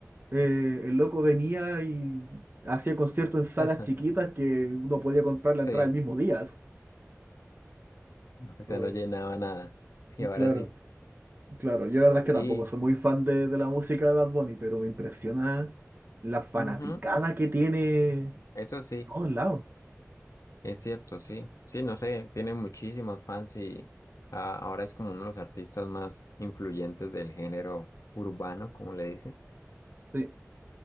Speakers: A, on the right (about 40°); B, on the left (about 80°).
A: eh, el loco venía y hacía conciertos en salas
B: <laughs>
A: chiquitas que uno podía comprar la
B: sí,
A: entrada el mismo día.
B: o sea,
A: <laughs> Uy,
B: no llenaba nada. Y ahora
A: Claro,
B: sí.
A: claro. Yo la verdad es que
B: Sí,
A: tampoco soy muy fan de, de la música de Bad Bunny, pero me impresiona la fanaticada
B: ujú,
A: que tiene
B: Eso sí.
A: por todos lados.
B: Es cierto, sí. Sí, no sé, tiene muchísimos fans y ah, ahora es como uno de los artistas más influyentes del género urbano, como le dicen.
A: Sí,